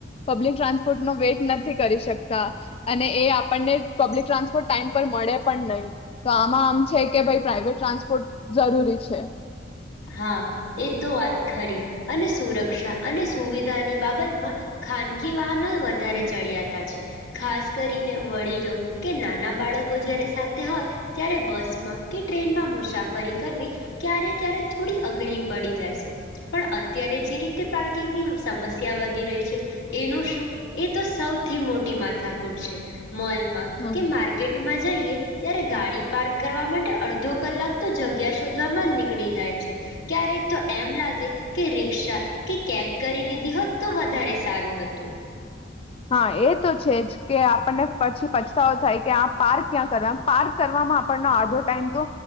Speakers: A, on the left; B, on the left.
A: પબ્લિક ટ્રાન્સપોર્ટ ન વેઇટ નથી કરી શકતા, અને એ આપણને પબ્લિક ટ્રાન્સપોર્ટ ટાઇમ પર મળે પણ નહીં, તો આમાં આમ છે કે ભાઈ પ્રાઇવેટ ટ્રાન્સપોર્ટ જરૂરી છે.
B: હા, એ તો વાત ખરી, અને સુરક્ષા અને સુવિધાની બાબતમાં, ખાનગી વાહનો વધારે ચડિયાતા છે, ખાસ કરીને વડીલો કે નાના બાળકો જયારે સાથે હોય, ત્યારે બસમાં કે ટ્રેનમાં મુસાફરી કરવી ક્યારેક ક્યારેક થોડી અઘરી પડી જાય છે, પણ અત્યારે જે રીતે પાર્કિંગની સમસ્યા વધી રહી છે, એનું શું? એ તો સૌથી મોટી માથાકૂટ છે. મોલમાં
A: હમ.
B: કે માર્કેટમાં જઈએ ત્યારે ગાડી પાર્ક કરવા માટે અડધો કલાક તો જગ્યા શોધવામાં જ નીકળી જાય છે. ક્યારેક તો એમ લાગે કે રિક્ષા કે કેબ કરી લીધી હોત તો વધારે સારું હતું.
A: હા એ તો છે જ કે આપણને પછી પછતાવો થાય કે આ પાર્ક ક્યાં કરવા પાર્ક કરવામાં આપણનો આડધો ટાઈમ તો,